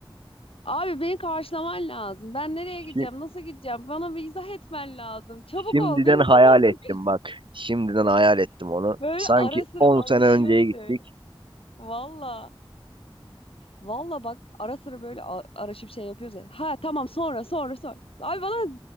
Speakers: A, on the left; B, on the right.
A: Abi beni karşılaman lazım. Ben nereye gideceğim?
B: Şi-
A: Nasıl gideceğim? Bana bir izah etmen lazım. Çabuk
B: Şimdiden
A: ol. Benim
B: hayal
A: zamanım
B: ettim
A: yok.
B: bak. Şimdiden hayal ettim
A: <laughs>
B: onu.
A: Böyle
B: Sanki
A: ara sıra
B: 10
A: araşıyoruz
B: sene önceye gittik.
A: ya öyle. Valla. Valla bak ara sıra böyle a- araşıp şey yapıyoruz ya. Ha tamam sonra sonra sonra. Abi bana